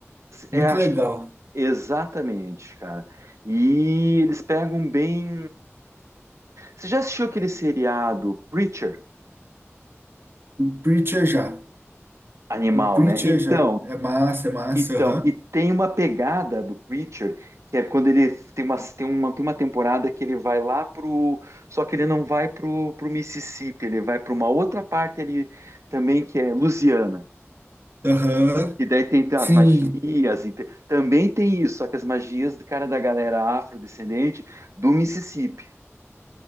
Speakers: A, on the right; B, on the right.
A: É,
B: Muito
A: acho
B: legal.
A: que- exatamente, cara. E eles pegam bem Você já assistiu aquele seriado Preacher?
B: O Preacher já.
A: Animal,
B: O Preacher
A: né? Então,
B: já. É massa, é massa.
A: então,
B: Aham.
A: e tem uma pegada do Preacher que é quando ele tem uma, tem uma, tem uma temporada que ele vai lá pro. Só que ele não vai pro, pro Mississippi, ele vai para uma outra parte ali também que é Louisiana.
B: Aham.
A: E daí tem
B: Sim,
A: as magias, e tem- também tem isso, só que as magias do cara da galera afrodescendente do Mississippi.